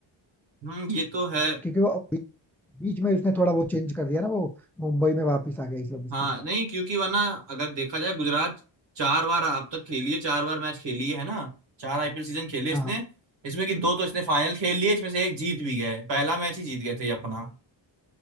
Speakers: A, on the right (about 65°); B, in the centre.
A: हम्म ये तो है
B: क्योंकि वो बी- बीच में उसने थोड़ा वो चेंज कर दिया ना वो मुंबई में वापस आ गया इस वजह से
A: हाँ नहीं क्योंकि वरना अगर देखा जाए गुजरात चार बार अब तक खेली है चार बार मैच खेली है है ना चार आईपीएल सीजन खेले इसने
B: हाँ हाँ।
A: इसमें कि दो तो इसने फाइनल खेल लिए इसमें से एक जीत भी गए पहला मैच ही जीत गए थे ये अपना